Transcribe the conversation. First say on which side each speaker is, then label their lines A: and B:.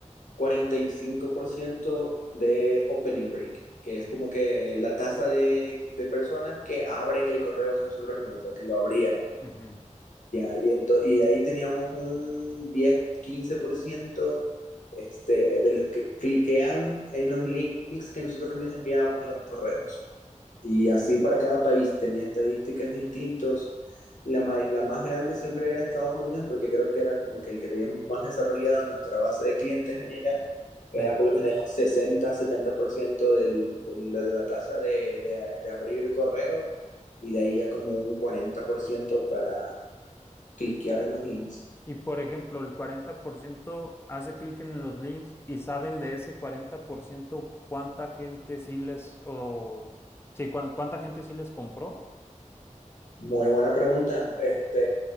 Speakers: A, on the left (about 75°); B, on the left (about 20°).
A: 45% de opening rate, que es como que la tasa de, de personas que abren el correo que nosotros enviamos, o sea, que lo abrieron.
B: Ujú,
A: Ya, y, ento- y de ahí teníamos un diez quince por ciento este, de los que cliquean en los links que nosotros les enviábamos en los correos. Y
B: Ok,
A: así para cada país tenía estadísticas distintas. La, ma- la más grande siempre era Estados Unidos, porque creo que era como que el que teníamos más desarrollado nuestra base de clientes allá. Era
B: sí.
A: por lo general 60-70% del, del- de la tasa de, de- de abrir el correo y de ahí ya como un 40% para cliquear en los links.
B: Y por ejemplo, el 40% hace clic en los links y saben de ese 40% cuánta gente sí les, o sí, cuán- cuánta gente sí les compró.
A: Muy buena pregunta. Este,